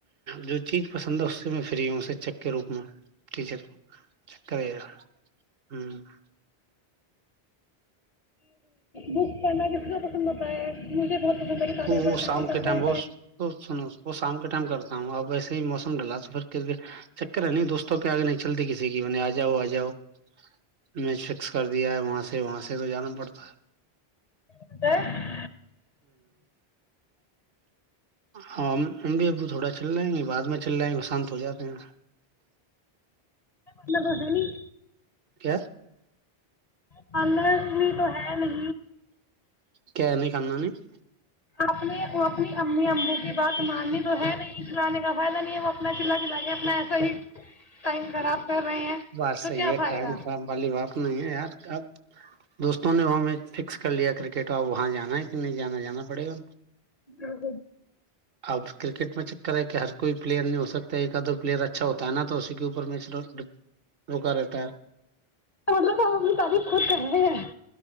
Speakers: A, on the right (about 65°); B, on the left (about 45°).
A: جو چیز پسند ہے اس سے میں فری ہوں سے چک کے روپ میں ٹچر چکر <unintelligible> ہوں <unintelligible>
B: بک پڑھنا کتنا پسند ہوتا ہے مجھے بہت پسند ہے کتابیں
A: وہ
B: پڑھنا
A: وہ شام
B: کتابیں
A: کے ٹائم وہ سنو وہ شام کے ٹائم کرتا ہوں اب ایسے موسم ڈالا تو پھر کر کے چکر ہے نہیں دوستوں کے <inaudible> کیاگ نہیں چلتی کسی کی بنی آ جاؤ آ جاؤ <inaudible> میں فکس کر دیا ہے وہاں سے وہاں سے تو جانا پڑھتا ہے
B: پڑھنا
A: ہاں امی ابو تھوڑا چل جائیں گے بعد میں چل جائیں گے شانت ہو جاتے ہیں
B: مطلب ہے نہیں
A: کیا
B: پارلر بھی تو ہے نہیں
A: کیا نہیں کانا نہیں <inaudible>
B: اپنے وہ اپنے امی امبو کی بات مانتے تو ہے نہیں چلانے کا فائدہ نہیں ہے وہ اپنا چلا چلا کے اپنا ایسا ہی ٹائم خراب کر رہے ہیں
A: بات
B: تو
A: صحیح
B: کیا
A: ہے
B: فائدہ
A: ٹائم خراب والی بات نہیں ہے یار اب دوستوں نے وہ میچ فکس کر لیا کرکٹ اب وہاں جانا ہے کہ نہیں جانا جانا پڑے گا
B: ہ <unintelligible>
A: اب کرکٹ میچ کر ہے کہ ہر کوئی پلیئر نہیں ہو سکتا ایکد دو پلیئر اچھا ہوتا ہے نا تو اسی کے اوپر میچ روکا رہتا ہے
B: مطلب ہم اپنی تعریف خود کر رہے ہیں